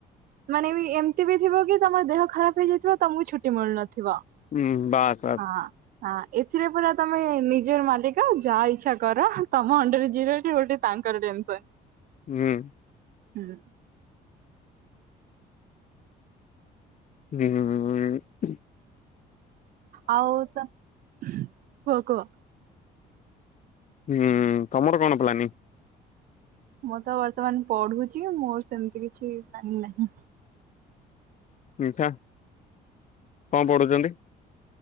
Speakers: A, on the right (about 55°); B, on the left (about 45°).
A: ମାନେ ବି ଏମିତି ବି ଥିବ କି ତମ ଦେହ ଖରାପ ହେଇଯାଇଥିବ ତମକୁ ଛୁଟି ମିଳୁନଥିବ। ଥିବ
B: ହୁଁ ବାସ୍ ବାସ୍
A: ହଁ ହଁ ଏଥିରେ ପୁରା ତମେ ନି ଜର ମାଲିକ ଯାହା ଇଛା କର, ତମ ଅଣ୍ଡରରେ ଯିଏ ରହିଲେ ଓଲଟା ତାଙ୍କର ଟେନସନ।
B: ହୁଁ।
A: ହୁଁ।
B: ହୁଁ।
A: ଆଉ ତ କୁହ କୁହ।
B: ହୁଁ ତମର କଣ ପ୍ଲାନିଙ୍ଗ?
A: ମୁଁ ତ ବର୍ତ୍ତମାନ ପଢୁଛି ମୋର ସେମିତି କିଛି ପ୍ଲାନିଙ୍ଗ ନାହିଁ।
B: ଆଛା କଣ ପଢ଼ୁଛନ୍ତି?